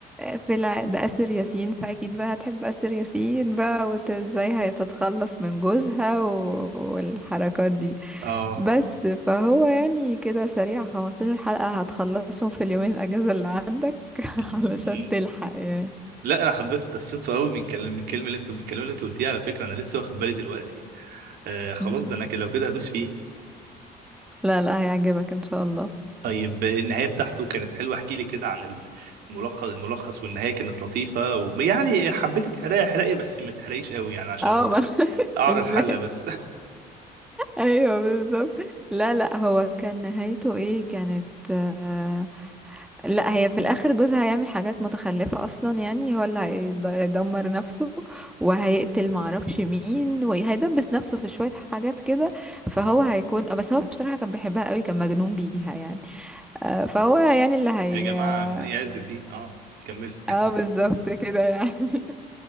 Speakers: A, in the centre; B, on the right.
A: في الع... ده أسر ياسين فأكيد بقى هتحب أسر ياسين بقى وازاي هتتخلص من جوزها و... والحركات دي
B: اه
A: بس فهو يعني كده سريع 15 حلقة هتخلصهم في اليومين الأجازة اللي عندك <laughs>
B: مم.
A: علشان تلحق يعني
B: لا انا حبيت قصته قوي من كلمه من الكلمه اللي انتوا من الكلام اللي انتوا قلتيه على فكره انا لسه واخد بالي دلوقتي آه خلاص
A: مم.
B: ده انا كده لو كده هدوس فيه
A: لا لا هيعجبك إن شاء الله
B: طيب النهايه بتاعته كانت حلوه احكي لي كده عن الملخص الملخص والنهايه كانت لطيفه ويعني حبيت تحرقي حرقي بس ما تحرقيش قوي يعني عشان
A: اه ما <laughs>
B: اعرى
A: ازاي
B: الحله بس
A: ايوه بالظبط لا لا هو كان نهايته ايه كانت آه، لا هي في الاخر جوزها هيعمل حاجات متخلفة اصلا يعني هو اللي هيدمر نفسه وهيقتل معرفش مين وهيدبس نفسه في شوية حاجات كده فهو هيكون آه، بس هو بصراحة كان بيحبها قوي كان مجنون بيها يعني آه، فهو يعني اللي
B: <laughs>
A: هي
B: يا جماعه
A: اه
B: ما يعز الدين اه كمل
A: آه، بالظبط كده يعني <laughs>